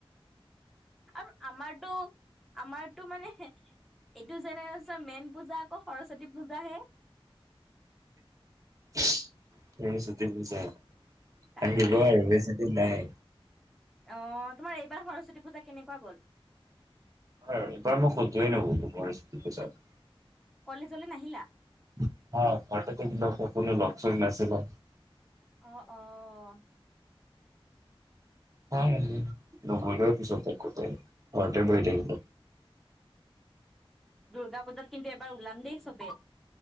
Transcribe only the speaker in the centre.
আৰু আমাৰতো- আমাৰটো মানে এইটো জেনেৰেশ্যনৰ মেইন পূজা আকৌ সৰস্বতী পূজাহে।
তাকে
অ তোমাৰ এইবাৰ সৰস্বতী পূজা কেনেকুৱা গ'ল?
কলেজলৈ নাহিলা
অ', অ',
উম
দুগা পূজাত কিন্তু এবাৰ ওলাম দেই চবে।